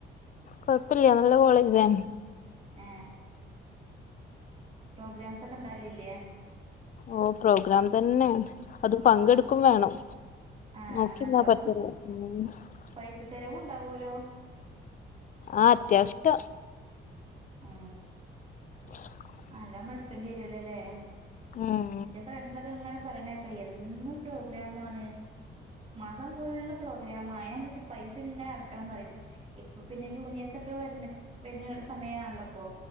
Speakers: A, on the left (about 40°); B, on the right (about 30°).
A: കൊഴപ്പില്ല നല്ല കോളേജാ
B: ഏ പ്രോഗ്രാംസ് ഒക്കെ ഇണ്ടാലില്ലേ
A: ഓ പ്രോഗ്രാം തന്നെ അതും പങ്കെടുക്കും വേണം
B: ആഹ് അങ്ങനെണ്ടോ
A: ഓക്കിന്ന <unintelligible>
B: പൈസ ചെലവ് ഉണ്ടാവൂലോ
A: ആ അത്യാശ്യഷ്ടം
B: ആ
A: <unintelligible>
B: ആ അല്ലമ്മ എടുക്കേണ്ടി വരില്ലല്ലേ
A: ഉം
B: എന്റെ ഫ്രണ്ട്സ ഒക്കെ ഇങ്ങനെ പറയണേക്ക എന്നും പ്രോഗ്രാം ആണ് മാസം ഫുള്ള് പ്രോഗ്രാമാ അയിനനുസരിച്ച് പൈസ ഇങ്ങനെ അറക്കണം പറയും ഇപ്പൊ പിന്നെ ജൂനിയേഴസ് ഒക്കെ വര്ണ വരുന്ന സമയ ആണല്ലോപ്പൊ